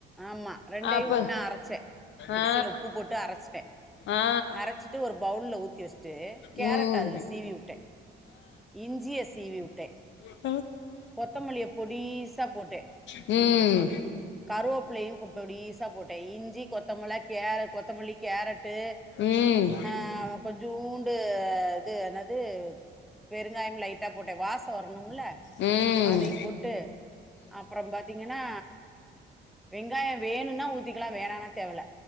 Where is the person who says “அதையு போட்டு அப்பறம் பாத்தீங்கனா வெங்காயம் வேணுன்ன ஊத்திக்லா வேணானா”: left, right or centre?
Centre